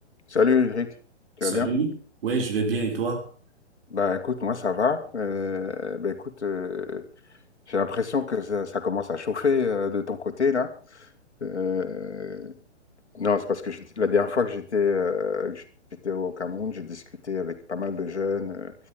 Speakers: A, on the left; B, on the right.
A: Salut Eric, tu
B: Salut,
A: vas bien?
B: ouais, je vais bien et toi?
A: Bah écoute, moi ça va. Euh, bah écoute, euh, j'ai l'impression que ça, ça commence à chauffer euh, de ton côté là. Euh, non, c'est parce que je- la dernière fois que j'étais euh, que j'étais au Cameroun, j'ai discuté avec pas mal de jeunes euh,